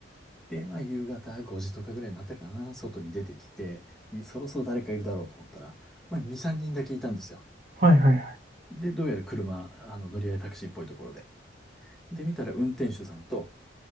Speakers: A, in the centre; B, on the right.
A: で、まあ、夕方5時とかぐらいになったかな、外に出てきて、そろそろ誰かいるだろうと思ったら、まあ、2、3人だけいたんですよ。
B: はいはい
A: で、どうやら車、あの、乗り合いタクシーっぽいところで。で、見たら運転手さんと、